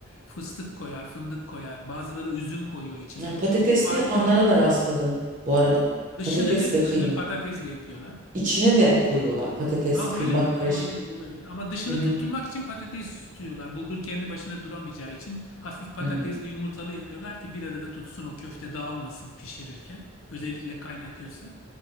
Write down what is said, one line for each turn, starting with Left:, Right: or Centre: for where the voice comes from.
Left: fıstık koyar, fındık koyar. Bazıları üzüm koyuyor içine.
Right: Ya, Patatesli
Left: Farklı.
Right: yapanlara da rastladım bu arada.
Left: Dışını
Right: Patates
Left: değil mi?
Right: ve
Left: Dışını
Right: kıyma.
Left: patatesle yapıyorlar.
Right: İçine de koyuyorlar patates,
Left: Aa,
Right: kıyma
Left: öyle mi?
Right: karışık.
Left: Olabilir, olabilir. Ama dışını
Right: Hı hı.
Left: tutturmak için patates tutuyorlar. Burger kendi başına duramayacağı için hafif patatesli
Right: Hı hı.
Left: yumurtalı yapıyorlar ki bir arada tutsun o köfte dağılmasın pişirirken. Özellikle kaynatıyorsan